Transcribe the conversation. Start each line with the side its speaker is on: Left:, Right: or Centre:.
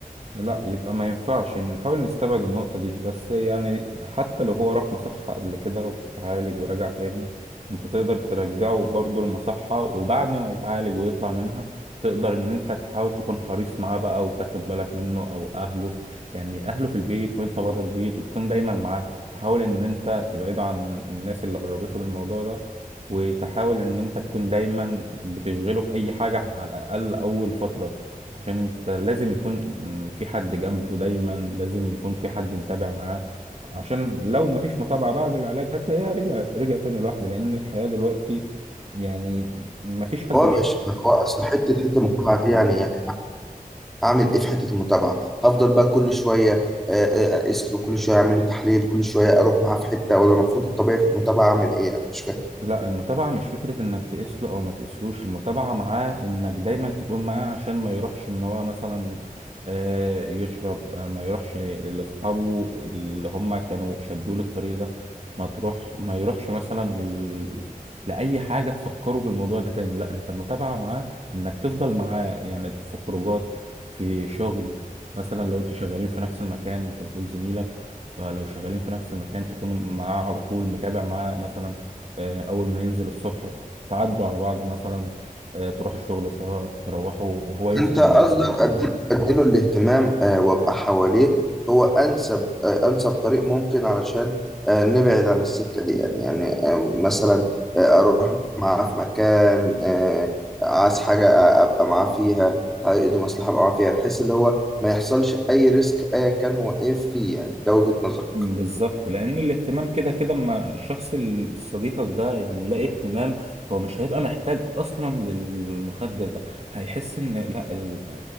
Right: لا يبقى ما ينفعش نحاول نستبعد النقطة دي بس يعني حتى لو هو راح مصحة قبل كده وتعالج ورجع تاني انت تقدر ترجعه برضه المصحة وبعد ما يتعالج ويطلع منها تقدر ان انت تحاول تكون حريص معاه بقى وتاخد بالك منه او اهله يعني اهله في البيت وانت بره البيت وتكون دايما معاه تحاول ان انت تبعده عن الناس اللي قربته للموضوع ده وتحاول ان انت تكون دايما بتشغله بأي حاجة على الاقل اول فترة عشان انت لازم يكون في حد جنبه دايما لازم يكون في حد متابع معاه عشان لو ما فيش متابعة بعد العلاج هتلاقيها رجع رجع تاني لوحده لأن الحياة دلوقتي يعني ما فيش حد
Centre: هو مش هو اصل حته حته المتابعه دي يعني يعني اعمل ايه في حته المتابعه هفضل بقى كل شويه آه، آه، اقيس له كل شويه اعمل له تحليل كل شويه اروح معاه في حته ولا المفروض الطبيعي في المتابعه اعمل ايه يعني مش فاهم
Right: لا المتابعة مش فكرة انك تقيس له او ما تقيسلوش المتابعة معاه انك دايما تكون معاه عشان ما يروحش ان هو مثلا آه، يشرب آه، ما يروحش لاصحابه اللي هم كانوا شدوه للطريق ده ما تروح ما يروحش مثلا ل- لأي حاجة تفكره بالموضوع ده تاني لا انت المتابعة معاه انك تفضل معاه يعني في خروجات في شغل مثلا لو انتوا شغالين في نفس المكان انت بتقول زميلك فلو شغالين في نفس المكان تكون معاه على طول متابع معاه مثلا آه، أول ما ينزل الصبح تعدوا على بعض مثلا آه، تروح الشغل سوا تروحوا وهو يوصل
Centre: انت قصدك
Right: البيت
Centre: اديله اديله الاهتمام آه، وابقى حواليه هو انسب آه، انسب طريق ممكن علشان آه، نبعد عن السكه دي يعني يعني آه، مثلا آه، اروح معاه في مكان آه، عايز حاجه آه، ابقى معاه فيها عقد مصلحه ابقى معاه فيها بحيث اللي هو ما يحصلش اي ريسك ايا كان هو ايه فيه يعني ده وجهه نظري
Right: بالظبط لان الاهتمام كده كده اما الشخص ال- صديقك ده يعني يلاقي اهتمام هو مش هيبقى محتاج اصلا للمخدر ده هيحس ان لا ال...